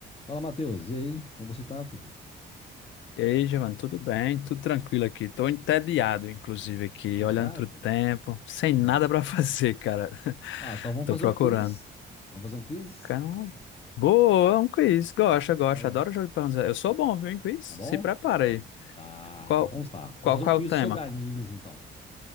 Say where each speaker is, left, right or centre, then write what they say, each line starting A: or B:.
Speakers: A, on the left; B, on the left.
A: Fala, Matheus. E aí? Como você tá, filho?
B: E aí, Giovanni, tudo bem? Tudo tranquilo aqui. Tô entediado, inclusive, aqui,
A: Entediado?
B: olhando pro tempo, sem
A: Não.
B: nada pra <laughs> fazer, cara.
A: Ah, então vamos
B: Tô
A: fazer
B: procurando.
A: um quiz. Vamos fazer um quiz?
B: Cara, boa, é um quiz. Gosto, gosto.
A: Aí, ó.
B: Adoro jogo de perguntas. Eu sou bom, viu, em quiz?
A: Tá bom?
B: Se prepara aí.
A: Tá,
B: Qual,
A: então vamos lá.
B: qual,
A: Vamos fazer
B: qual
A: um quiz
B: é o tema?
A: sobre animes, então.